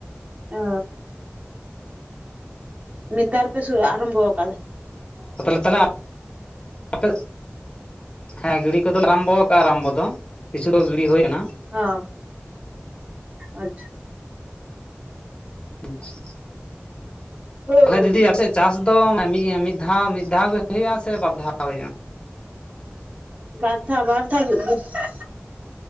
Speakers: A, on the right; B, on the left.
A: ᱚ ᱢᱤᱫ ᱵᱟᱨ ᱯᱮ ᱟᱨᱟᱢᱵᱷᱚ ᱟᱠᱟᱫᱟ
B: ᱛᱟᱦᱚᱞᱮ <unintelligible> ᱟᱯᱮ ᱦᱮᱸ ᱜᱤᱲᱤ ᱠᱚᱫᱚ ᱞᱮ ᱟᱨᱟᱢᱵᱚ ᱠᱟᱜᱼᱟ ᱟᱨᱟᱢᱵᱚ ᱫᱚ ᱠᱤᱪᱷᱩ ᱫᱚ ᱜᱤᱲᱤ ᱦᱩᱭ ᱟᱠᱟᱱᱟ
A: ᱚ ᱟᱪᱪᱷᱟ
B: ᱟᱪᱪᱷᱟ
A: ᱟᱪᱪᱷᱟ
B: ᱛᱟᱦᱚᱞᱮ ᱫᱤᱫᱤ ᱟᱯᱥᱮᱫ ᱪᱟᱥ ᱢᱤᱫ ᱫᱷᱟᱣ ᱢᱤᱫ ᱫᱷᱟᱣ ᱜᱮ ᱦᱩᱭᱩᱜᱼᱟ ᱥᱮ ᱵᱟᱨ ᱫᱷᱟᱣ ᱦᱩᱭᱩᱜᱼᱟ
A: ᱵᱟᱨ ᱫᱷᱟᱣ ᱵᱟᱨ ᱫᱷᱟᱣ ᱦᱩᱭᱩᱜ ᱜᱮᱭᱟ